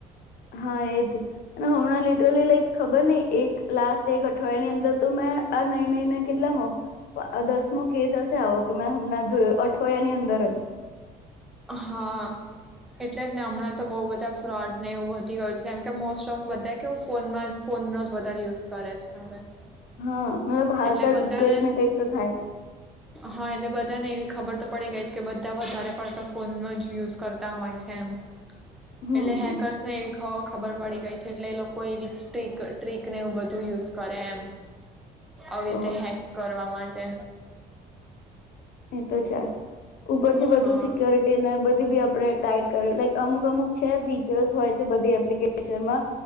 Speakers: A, on the left; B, in the centre.
A: હા એજ અને હમણાં લિટરલી લાઈક ખબર નહી એક લાસ્ટ એક અઠવાડિયા ની અંદર તો મેં આ નહી નઈને કેટલામાં દસ મો કેસ હશે આવો, કે મેં હમણાં જો અઠવાડિયાની અંદર જ
B: હા એટલે જ ને હમણાં તો બઉ બધા ફ્રોડ નેવુ વધી ગઈ કેમ કે મોસ્ટ ઓફ બધા કેવું ફોનમાં જ ફોનનો જ વધારે યુઝ કરે છે હવે.
A: હા મતલબ હાલતા
B: એટલે બધાને
A: જ કંઈક ને કંઈક તો થાય.
B: હા એટલે બધા ને એવી ખબર તો પડી ગઈ છે કે બધા વધારે પડતા ફોનનો જ યુઝ કરતા હોય સેમ.
A: હમ
B: એટલે
A: હમ
B: હેકર્સ એવીક. હ ખબર પડી ગઈ છે એટલે લોકો એવી ટ્રીક ટ્રીકને એવું બધું યુઝ કરે એમ. આવી
A: તો
B: રીતે હેક કરવાવામાં. માટે.
A: એ તો છે ઉપર થી
B: હા
A: બધું સિક્યોરિટીને બી આપણે ટાઈટ કરે લાઈક અમુક-અમુક છે ફીચર્સ હોય છે બધી એપ્લિકેશનમાં